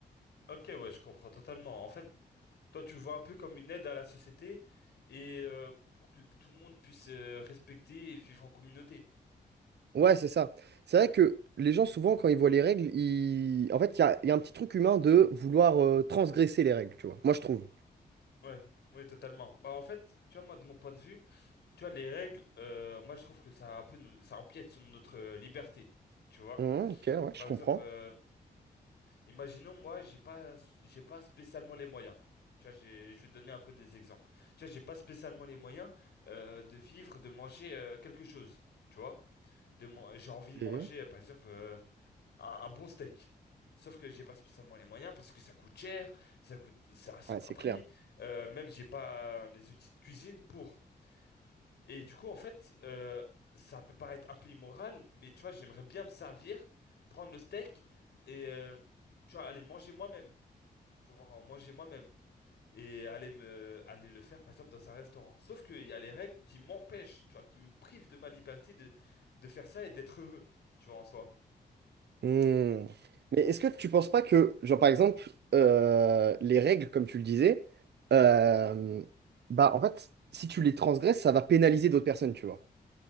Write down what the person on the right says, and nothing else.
Ouais, c'est ça. C'est vrai que les gens, souvent, quand ils voient les règles, ils... en fait, il y a, il y a un petit truc humain de vouloir euh, transgresser les règles, tu vois. Moi, je trouve.
Hum, ok, ouais, je
comprends.
Ok.
Ouais, c'est
clair.
Hmm. Mais est-ce que tu penses pas que, genre par exemple, euh, les règles, comme tu le disais, euh, bah en fait, si tu les transgresses, ça va pénaliser d'autres personnes, tu vois.